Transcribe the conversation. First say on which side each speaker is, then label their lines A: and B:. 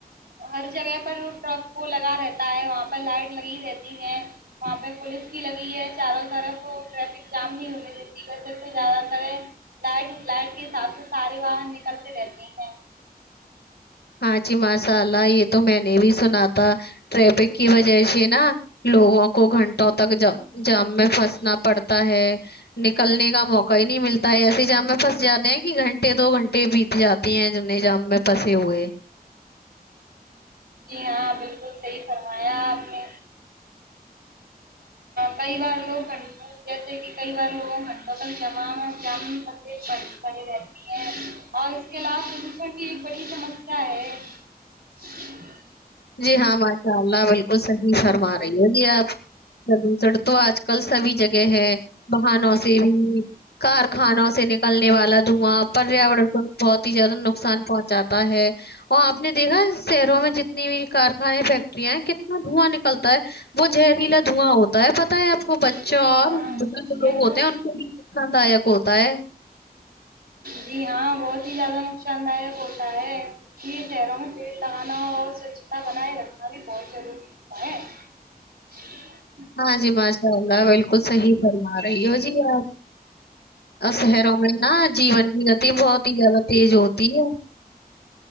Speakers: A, on the right; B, on the left.
A: ہر جگہ پر ٹرک وہ لگا رہتا ہے وہاں پہ لائٹ لگی رہتی ہے وہاں پہ پولیس بھی لگی ہے چاروں طرف ٹریفک جام نہیں ہو ویسے تو زیادہ تر لائٹ لائٹ کے حساب سے سارے واہن نکلتے رہتے ہیں
B: ہاں جی ماشاء اللہ یہ تو میں نے بھی سنا تھا ٹریفک کی وجہ سے نا لوگوں کو گھنٹوں تک جام میں پھنسنا پڑتا ہے نکلنے کا موقع ہی نہیں ملتا ہے ایسے جام میں پھنس جاتے ہیں کہ گھنٹے دو گھنٹے بیت جاتے ہیں جنے جام میں پھسے ہوئے
A: جی ہاں بالکل صحی فرمایا آپ نے کئی بار لوگ گھنٹ جیسے کہ کئی بار لوگوں گھنٹوں تک جما جام پڑے رہتی ہیں اور اس کے علاوہ پردوشن بھی ایک بڑی سمسیا ہے <unintelligible>
B: جی ہاں ماشاء اللہ بالکل صحی فرما رہی ہو جی آپ سدوسڑ تو آج <unintelligible> کل سبھی جگہ ہے بہنوں سے بھی کارخانوں سے <unintelligible> سے نکلنے <unintelligible> والا دھواں پریاورن کو بہت ہی زیادہ نقصان پہنچاتا ہے وہاں <unintelligible> نے دیکھا شہروں میں جتنا <unintelligible> نہیں <unintelligible> کارخانے فیکٹریاں کتنا دھواں نکلتا ہے وہ زہریلا دھواں ہوتا ہے <unintelligible> د پہ <unintelligible> ہوتا ہے آ کو بچوں
A: جی
B: اورد
A: ہاں
B: جو لوگ
A: یہ تو
B: ہوتے ہیں ان کے لیے سکھ داک ہوتا ہے <unintelligible>
A: جی ہاں بہت ہی زیادہ نقصان دائک ہوتا ہے کیونکہ یہ شہروں میں پیڑ لگانا اور سوچھتا بنائے رکھنا بھی بہت ضروریتا ہے <unintelligible>
B: ہاں جی بس <unintelligible> انشاء اللہ بالکل صحیح فرما رہی ہو جی یار شہروں میں نا جیون کی گتی بہت ہی زیادہ تیز ہوتی ہے <unintelligible>